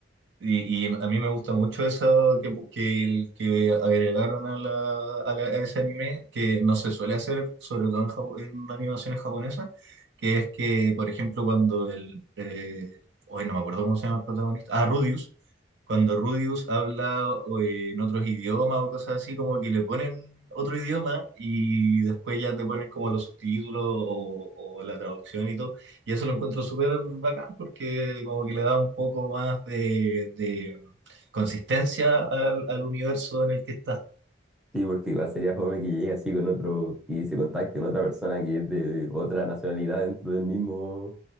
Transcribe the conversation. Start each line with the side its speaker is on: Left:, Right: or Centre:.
Right: Y, y a mí me gusta mucho eso que, que, el- que agregaron a, la, a, la- a ese anime, que no se suele hacer, sobre todo en, Japo- en animaciones japonesas, que es que, por ejemplo, cuando el... eh, hoy no me acuerdo cómo se llama el protagonista. Ah, Rudius. Cuando Rudius habla o, eh, en otros idiomas o cosas así, como que le ponen otro idioma y después ya te ponen como los subtítulos o, o la traducción y todo. Y eso lo encuentro súper bacán porque como que le da un poco más de, de consistencia al, al universo en el que está.
Centre: Sí, porque igual sería joven que llegue así con otro, que se contacte con otra persona que es de otra nacionalidad dentro del mismo,